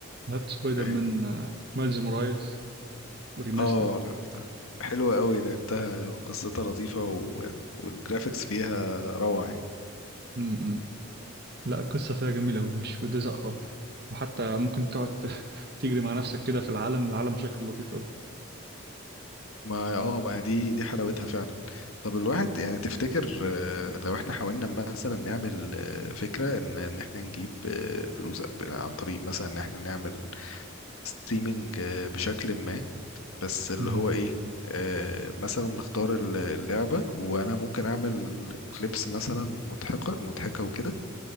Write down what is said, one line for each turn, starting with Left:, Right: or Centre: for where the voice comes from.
Right: لعبت سبايدر
Left: آه،
Right: مان آه، مايلز مورايلز وريماستر
Left: اه لعبتها حلوة قوي لعبتها وقصتها لطيفة و... والجرافيكس فيها روعة يعني
Right: امم لا القصه فيها جميله قوي مش بتزهق خالص وحتى ممكن تقعد <laughs> تجري مع نفسك كده في العالم العالم شكله لطيف
Left: ما اه ما دي دي حلاوتها فعلا طب الواحد يعني تفتكر آه، لو احنا حاولنا مثلا نعمل آه، فكرة ان ان احنا نجيب آه، فلوس ب- عن طريق مثلا ان احنا نعمل ستريمينج بشكل ما بس اللي
Right: مم.
Left: هو ايه آه، مثلا نختار ال- اللعبة وانا ممكن اعمل كليبس مثلا مضحكة مضحكة وكده